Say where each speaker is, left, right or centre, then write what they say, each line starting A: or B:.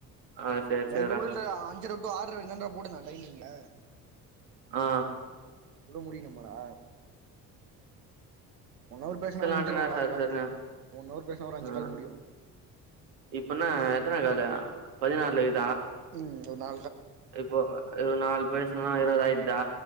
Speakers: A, on the right; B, on the right.
A: ஆ சரி
B: அ நைட்டு
A: சேர்றா
B: கூட இந்த அஞ்சரை டு ஆறுரைன்னன்ற போட்டிருந்தா டைமிங்ல
A: ஆ
B: இவ்வளவு முடியணுமாடா ஒன் ஹவர் பேசுனா
A: வச்சிடலான்டனா
B: முடிஞ்சுரு ஒரு
A: சரி
B: ஆறு காலுலயே
A: சரின்னு
B: ஒன் ஹவர் பேசனா ஒரு அஞ்சு
A: ஆ
B: கால்ல முடியு
A: இப்பன்னா எத்தனை காலு பதினாறுல இருக்
B: ம் ஒரு நா
A: இப்போ நாலு பேசின இருவது ஆயிடுதா